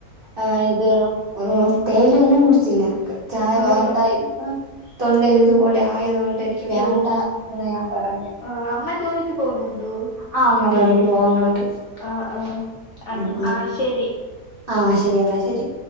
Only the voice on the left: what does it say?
ആഹ്
ഓ
ആഹ് അമ്മ ജോലിക്ക് പോകുന്ന്ണ്ടോ
ആഹ് ആഹ്
ആഹ് ശരി